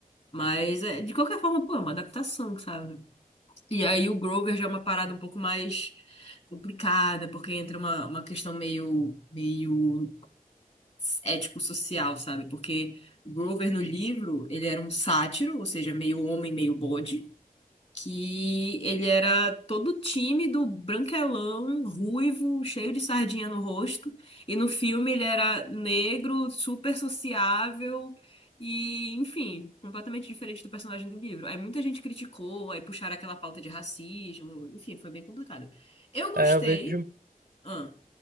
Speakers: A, on the left; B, on the right.
A: Mas é, de qualquer forma, pô, é uma adaptação, sabe? E aí o Grover já é uma parada um pouco mais complicada, porque entra uma, uma questão meio, meio ético-social, sabe? Porque o Grover no livro, ele era um sátiro, ou seja, meio homem, meio bode que ele era todo tímido, branquelão, ruivo, cheio de sardinha no rosto. E no filme ele era negro, super sociável e, enfim, completamente diferente do personagem do livro. Aí muita gente criticou, aí puxaram aquela pauta de racismo, enfim, foi bem complicado. Eu gostei.
B: É, eu vejo
A: Ah,